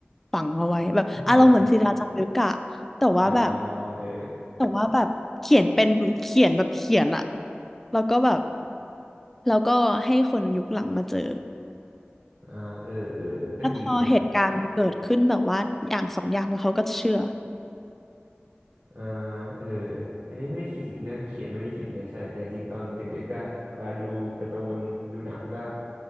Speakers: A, in the centre; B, on the right.
A: ฝังเอาไว้แบบอารมณ์เหมือนศิลาจารึกอะแต่ว่าแบบ
B: ให้เหมือนอ่าเออ
A: แต่ว่าแบบเขียนเป็นเขียนแบบเขียนอะแล้วก็แบบแล้วก็ให้คนยุคหลังมาเจอ
B: อ่าเออเออก็ดีนะ
A: แล้วพอเหตุการณ์มันเกิดขึ้นแบบว่าอย่างสองอย่างแล้วเขาก็เชื่อ
B: อ่าเอออันนี้ไม่ได้คิดถึงเรื่องเขียนไม่ได้หินเลยใช่แต่จริงๆตอนเด็กๆก็เวลาดูการ์ตูนดูหนังก็